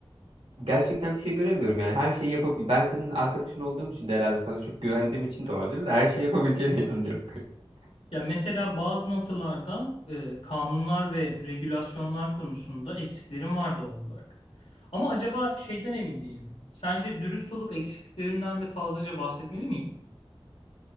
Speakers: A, on the right; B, on the left.
A: Gerçekten bir şey göremiyorum yani her şeyi yapabilir. Ben senin arkadaşın olduğum için de herhalde sana çok güvendiğim için de olabilir de her şeyi yapabileceğine inanıyorum. <laughs>
B: Ya mesela bazı noktalarda e, kanunlar ve regülasyonlar konusunda eksiklerim var doğal olarak. Ama acaba şeyden emin değilim. Sence dürüst olup eksikliklerimden de fazlaca bahsetmeli miyim?